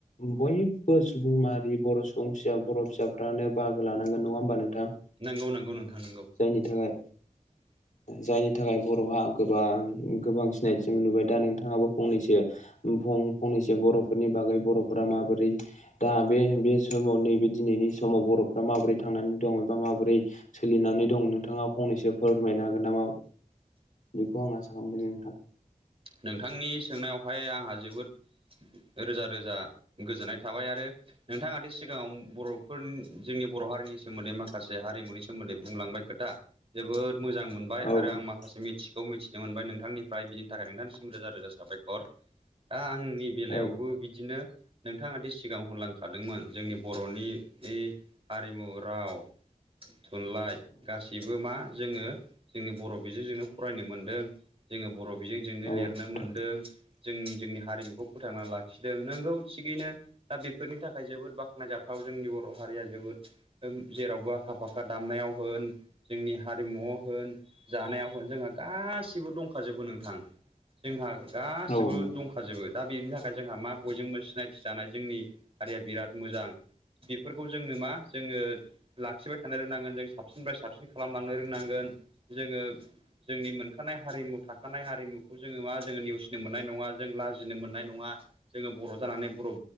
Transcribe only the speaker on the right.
नंगौ नंगौ नोंथां नंगौ ।
<unintelligible>
<unintelligible>
नोंथांनि सोंनायावहाय आंहा जोबोद रोजा रोजा गोजोननाय थाबाय आरो नोंथाङा दि सिगाङाव बर'फोर जोंनि बर' हारिनि सोमोन्दै माखासे हारिमुनि सोमोन्दै बुंलांबाय खोथा जोबोद मोजां मोनबाय
आरो
आं माखासे मिथिखौ मिथिनो मोनबाय नोंथांनिफ्राय बिदि थाखाय नोंथांसिम रोजा रोजा साबायखर दा आंनि बेलायावबो
बिदिनो नोंथाङ दि सिगां हरलांखादोंमोन जोंनि बर'नि हारिमु राव थुनलाइ गासिबो मा जोङो जोंनि बर' बिजोंजोंनो फरायनो मोनदों जोङो बर' बेजोंजोंनो
लिरनो मोनदों जों जोंनि हारिमुखौ फोथांना लाखिदों नोंगौ थिगैनो दा बेफोरनि थाखाय जोबोद बाख्नायजाथाव जोंनि बर' हारिया जोबोद जेरावबो आखा फाखा दामनायाव होन जोंनि हारिमु होन जानायाव होन जोंहा गासिबो दंखाजोबो नों थां जोंहा गासिबो
दंखाजोबो दा बेनि थाखाय जोंहा मा बयजोंबो सिनायथि जानाय जोंनि हारिया बिराद मोजां बेफोरखौ जोङो मा जोङो लाखिबाय थानो रोंनांगोन जों साबसिननिफ्राय साबसिन खालामलांनो रोंनांगोन जोङो जोंनि मोनखानाय हारिमु थाखो थानाय हारिमुखौ जोङो मा जोङो नेवसिनो मोननाय नङा जों लाजिनो मोननाय नङा जोङो बर' जानानै बर'